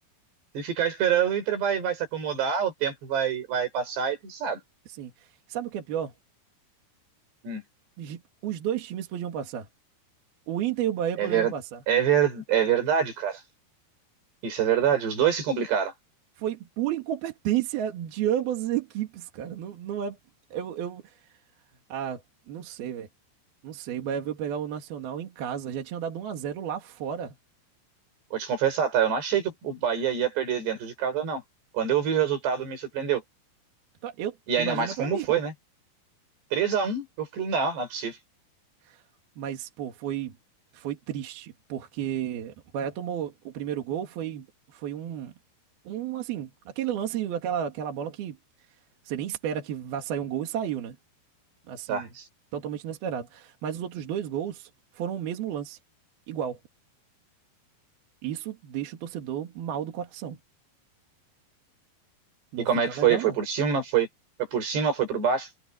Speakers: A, on the right (about 85°); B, on the right (about 65°).
A: se ficar esperando, o Inter vai, vai se acomodar, o tempo vai, vai passar e tu sabe.
B: Sim. E sabe o que é pior?
A: Hum,
B: Gi- Os dois times podiam passar. O Inter e o Bahia
A: é
B: poderiam
A: ver,
B: passar.
A: é ver, é verdade, cara. Isso é verdade. Os dois se complicaram.
B: Foi pura incompetência de ambas as equipes, cara. Não, não é. Eu, eu. Ah, não sei, velho. Não sei. O Bahia veio pegar o Nacional em casa. Já tinha dado um a zero lá fora.
A: Vou te confessar, tá? Eu não achei que o Bahia ia perder dentro de casa, não. Quando eu vi o resultado, me surpreendeu.
B: Pra- Eu,
A: E
B: imagina
A: ainda mais
B: pra
A: como
B: mim.
A: foi, né? três a um eu falei, não, não é possível.
B: <laughs> Mas, pô, foi. Foi triste. Porque o Bahia tomou o primeiro gol. Foi. Foi um. Um, assim. Aquele lance, aquela, aquela bola que você nem espera que vá sair um gol e saiu, né? Assim.
A: Tá.
B: Totalmente inesperado. Mas os outros dois gols foram o mesmo lance. Igual. Isso deixa o torcedor mal do coração. Não
A: E como
B: fica
A: é que
B: legal,
A: foi? Foi
B: não.
A: por cima, foi, foi por cima, foi por baixo.